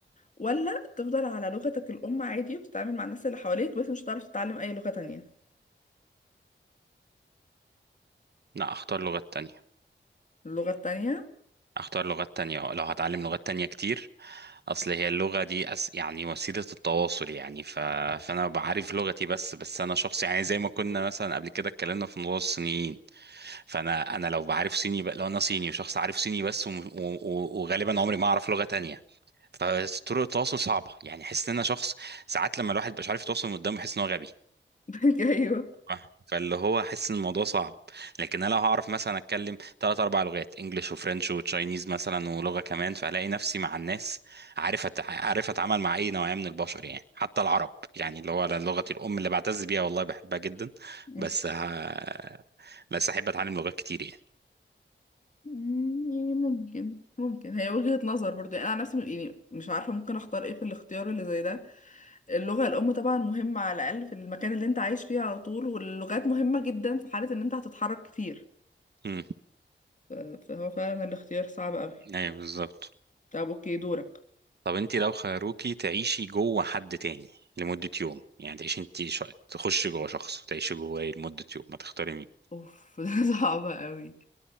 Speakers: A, on the left; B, on the right.
A: ولا تفضل على لغتك الام عادي وبتتعامل مع الناس اللي حواليك بس مش هتعرف تتعلم اي لغة تانية
B: لا اختار لغات تانية
A: اللغة التانية
B: اختار لغات تانية آه، لو هتعلم لغات تانية كتير اصل هي اللغة دي أس... يعني وسيلة التواصل يعني ف... فانا بعرف لغتي بس بس انا شخص يعني زي ما كنا مثلا قبل كده اتكلمنا في موضوع الصينيين فانا انا لو بعرف صيني ب... لو انا صيني وشخص عارف صيني بس وم... و... و... وغالبا عمري ما اعرف لغة تانية فطرق التواصل صعبة يعني احس ان انا شخص ساعات لما الواحد مش عارف يتواصل من قدامه بحس ان هو غبي
A: <laughs> ايوه
B: آه. فاللي هو احس ان الموضوع صعب لكن انا لو هعرف مثلا اتكلم ثلاث اربع لغات انجليش وفرنش وتشاينيز مثلا ولغه كمان فهلاقي نفسي مع الناس عارف أت... عارف اتعامل مع اي نوعيه من البشر يعني حتى العرب يعني اللي هو لغتي الام اللي بعتز بيها والله بحبها جدا
A: مم.
B: بس ه... بس احب اتعلم لغات كتير يعني
A: يعني ممكن ممكن هي وجهة نظر برضو يعني انا عن نفسي يعني مش عارفة ممكن اختار ايه في الاختيار اللي زي ده اللغة الام طبعا مهمة على الاقل في المكان اللي انت عايش فيه على طول واللغات مهمة جدا في حالة ان انت هتتحرك كتير
B: امم
A: ف- فهو فعلا الاختيار صعب قوي
B: ايوه بالظبط
A: طب اوكي دورك
B: طب انت لو خيروكي تعيشي جوه حد تاني لمدة يوم يعني تعيشي انت ش... تخشي جوه شخص وتعيشي جواه لمدة يوم ما تختاري
A: اوف <laughs> ده صعب قوي